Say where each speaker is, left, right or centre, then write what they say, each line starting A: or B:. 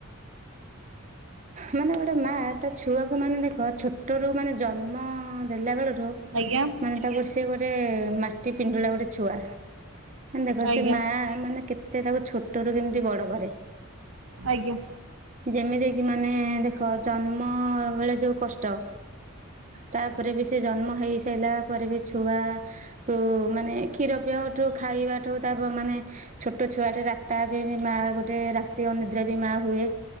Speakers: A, on the right; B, on the right.
A: ମାନେ ଗୋଟେ ମା ତା ଛୁଆକୁ ମାନେ ଦେଖ ଛୋଟରୁ ମାନେ ଜନ୍ମ ଦେଲା ବେଳଠୁ ଠୁରୁ
B: ଆଜ୍ଞା
A: ମାନେ ତାକୁ ସେ ଗୋଟେ ମାଟି ପିଣ୍ଡୁଳା ଗୋଟେ ଛୁଆ। ମାନେ ଦେଖ
B: ଆଜ୍ଞା
A: ସେ ମା ମାନେ କେତେ ତାକୁ ଛୋଟ ରୁ କେମିତି ବଡ କରେ।
B: ଆଜ୍ଞା।
A: ଯେମିତି କିି ମାନେ ଦେଖ ଜନ୍ମ ବେଳେ ଯୋଉ କଷ୍ଟ। ତାପରେ ବି ସେ ଜନ୍ମ ହେଇ ସାରିଲା ପରେ ବି ଛୁଆ କୁ ମାନେ କ୍ଷୀର ପିଆଠୁ ଖାଇବାଠୁ ତାପ୍ ମାନେ ଛୋଟ ଛୁଆଟେ ରାତା ବି ମା ଗୋଟେ ରାତି ଅନିଦ୍ରା ବି ମା ହୁଏ।